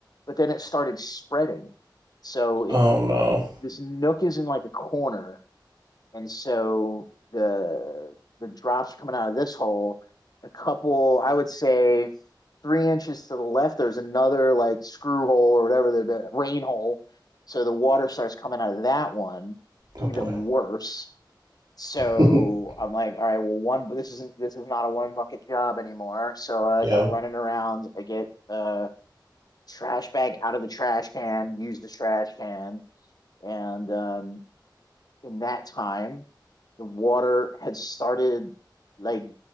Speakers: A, on the left; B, on the right.
A: but then it started spreading. So it
B: Oh no.
A: this nook is in like a corner And so the the drops coming out of this hole, a couple, I would say three inches to the left, there's another like screw hole or whatever the, the rain hole. So the water starts coming out of that one, even
B: Oh boy.
A: worse. So
B: <laughs>
A: I'm like, all right, well, one, this isn't this is not a one bucket job anymore. So like,
B: yeah.
A: I'm running around. I get the trash bag out of the trash can, use the trash can, and um, in that time, the water had started like